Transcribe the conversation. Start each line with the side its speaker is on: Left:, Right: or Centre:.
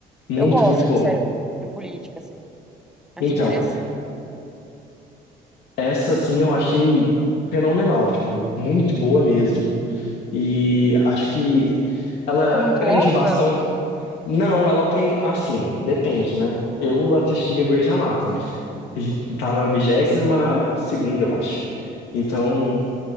Left: Muito,
Centre: Eu gosto
Left: muito boa.
Centre: de série política, assim. Acho
Left: Então,
Centre: interessante.
Left: Essa, assim, eu achei fenomenal, tipo, muito boa mesmo. E acho que ela
Centre: É muito
Left: prende
Centre: longa?
Left: bastante. Não, ela tem, assim, depende, né? Eu assisti a Grey's Anatomy. E tá na vigésima segunda, eu acho. Então,